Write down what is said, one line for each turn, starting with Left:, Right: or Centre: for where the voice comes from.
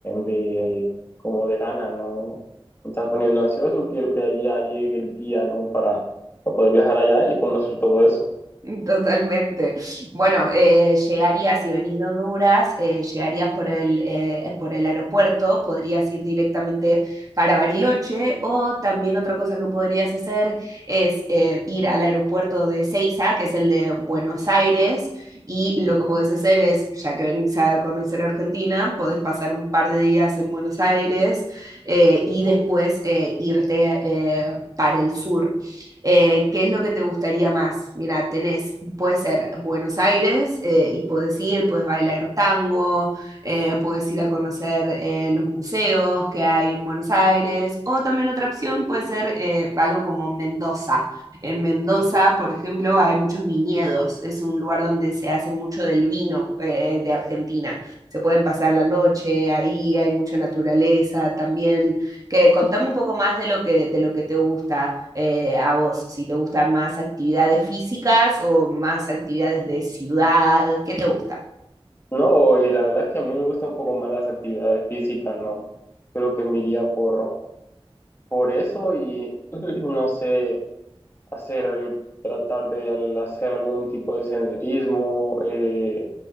Left: de como de ganas, ¿no? Me estás poniendo ansioso, quiero que allá llegue el día, ¿no? Para, para poder viajar allá y conocer todo eso.
Right: <laughs> Totalmente. Bueno, eh, llegarías, si venís de Honduras, eh, llegarías por el, eh, por el aeropuerto, podrías ir directamente para Bariloche o también otra cosa que podrías hacer es eh, ir al aeropuerto de Ceiza, que es el de Buenos Aires, y lo que podés hacer es, ya que venís a conocer Argentina, podés pasar un par de días en Buenos Aires eh, y después eh, irte eh, para el sur eh, ¿qué es lo que te gustaría más? Mira, tenés, puede ser Buenos Aires eh, y puedes ir, puedes bailar tango, eh, puedes ir a conocer eh, los museos que hay en Buenos Aires, o también otra opción puede ser eh, algo como Mendoza. En Mendoza, por ejemplo, hay muchos viñedos, es un lugar donde se hace mucho del vino eh, de Argentina. Se pueden pasar la noche ahí, hay mucha naturaleza, también que contame un poco más de lo que, de lo que te gusta eh, a vos, si te gustan más actividades físicas o más actividades de ciudad, ¿qué te gusta?
Left: No, y la verdad que a mí me gustan un poco más las actividades físicas, ¿no? Creo que me iría por, por eso y <clears throat> no sé. hacer, tratar de al- hacer algún tipo de senderismo, eh,